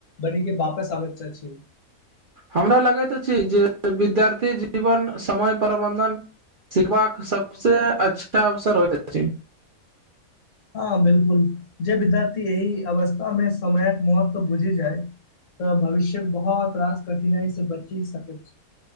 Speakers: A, on the left; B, on the right.
A: बैरके वापस आबै चा छी।
B: हमरा लगैत अछि जे विद्यार्थी जीवन समय प्रबंधन। सिखबाक सबसँ अच्छा अवसर होइत अछी
A: हँ बिलकुल जे विद्यार्थी एहि अवस्थामे समयक महत्व बुझि जाय तऽ भविष्य बहुत रास कठिनाइ से बची सकैत।